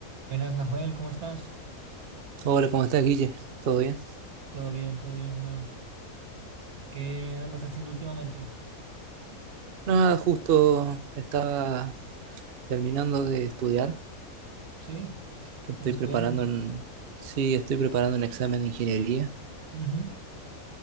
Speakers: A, on the right (about 85°); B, on the right (about 50°).
A: Buenas, Nahuel, ¿cómo estás?
B: Hola, ¿cómo estás, Guille? ¿Todo bien?
A: Todo bien, todo bien, hermano. ¿Qué andas haciendo últimamente?
B: Nada, justo estaba terminando de estudiar,
A: ¿Sí?
B: que
A: ¿Estás
B: estoy preparando
A: estudiando?
B: un- sí, estoy preparando un examen de ingeniería.
A: Ujú.